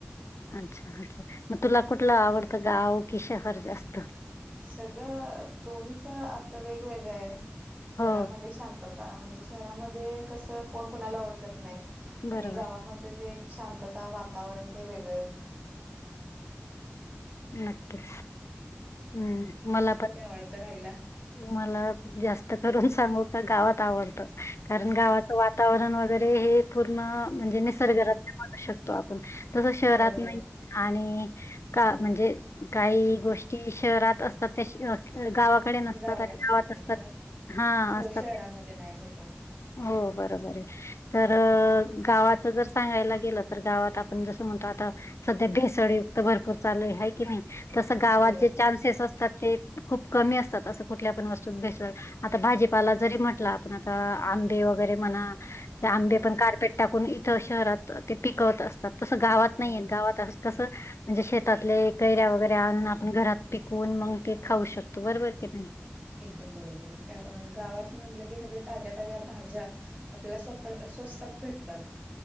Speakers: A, on the left; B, on the right.
A: अच्छा अच्छा मग तुला कुठला आवडत गाव की शहर जास्त
B: सगळं दोन्हीच आपलं वेगवेगळं आहे शहरामध्ये
A: हो
B: शांतता आ म्हणजे शहरामध्ये कस कोण कोणाला ओळखत नाही आणि
A: बरोबर
B: गावामध्ये ते ऐकता शांतता वातावरण ते वेगळे
A: नक्कीच हम्म मला पण
B: आवळत राहिला
A: मला जास्त करून सांगू का गावात आवडतं कारण गावाचं वातावरण वगैरे हे पूर्ण म्हणजे निसर्गरम्यू
B: हो.
A: बनु शकत तो आपण तस शहरात
B: बरोबर
A: नाही आणि का म्हणजे काही गोष्टी शहरात असतात त्या अ गावाकडे गावात
B: गावाकडे नाही आणि
A: असतात
B: ज्या
A: हा
B: हो
A: असतात
B: शहरामध्ये नाही भेटत
A: हो बरोबर आहे तर गावाच जर सांगायला गेलं तर गावात आपण जसं म्हणतो आता सध्या भेसळयुक्त भरपूर चालूय हाय की नाही तसं गावात
B: हो
A: जे चान्सेस असतात ते खूप कमी असतात असं कुठल्या पण वस्तूत भेसल आता भाजीपाला जरी म्हटलं आपण आता आंबे वगैरे म्हणा आंबे
B: हो
A: पण कारपेट टाकून इथं शहरात ते पिकवत असतात तसं गावात नाहीय
B: हो
A: गावात तसं म्हणजे शेतातले कैऱ्या वगैरे आणून आपण घरात पिकवून मग ते खाऊ शकतो बरोबर की नाही?
B: एकदम बरोबर गावात म्हटलं की सगळे ताज्या ताज्या भाज्या आपल्याला स्वतः स्वस्तात भेटतात.